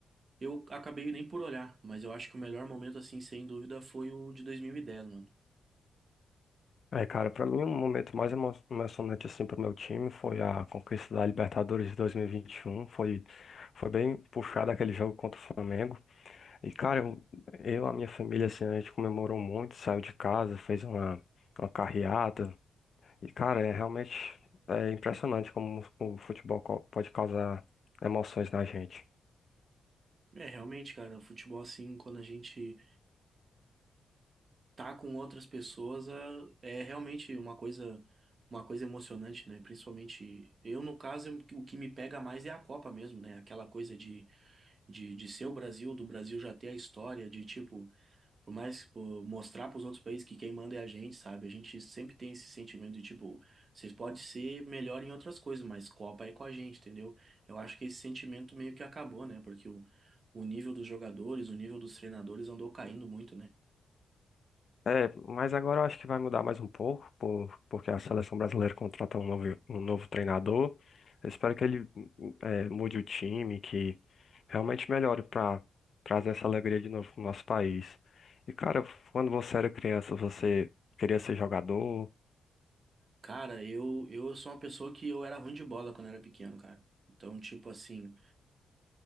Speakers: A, on the right; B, on the left.
A: eu acabei nem por olhar. Mas eu acho que o melhor momento, assim, sem dúvida, foi o de 2010, mano.
B: É, cara, pra mim o momento mais emo- emocionante assim pro meu time foi a conquista da Libertadores de 2021. Foi, foi bem puxado aquele jogo contra o Flamengo. E, cara, eu, eu, a minha família, assim, a gente comemorou muito, saiu de casa, fez uma, uma carreata. E, cara, é realmente é impressionante como o futebol co- pode causar emoções na gente.
A: É, realmente, cara, o futebol, assim, quando a gente tá com outras pessoas é, é realmente uma coisa, uma coisa emocionante, né? Principalmente eu, no caso, eu- o que me pega mais é a Copa mesmo, né? Aquela coisa de, de, de ser o Brasil, do Brasil já ter a história, de tipo, por mais pô, mostrar para os outros países que quem manda é a gente, sabe? A gente sempre tem esse sentimento de tipo, vocês podem ser melhor em outras coisas, mas Copa é com a gente, entendeu? Eu acho que esse sentimento meio que acabou, né? Porque o, o nível dos jogadores, o nível dos treinadores andou caindo muito, né?
B: É, mas agora eu acho que vai mudar mais um pouco, por- porque a seleção brasileira contratou um novo, um novo treinador. Eu espero que ele é, mude o time, que realmente melhore para trazer essa alegria de novo pro nosso país. E cara, quando você era criança, você queria ser jogador?
A: Cara, eu, eu sou uma pessoa que eu era ruim de bola quando eu era pequeno, cara. Então, tipo assim,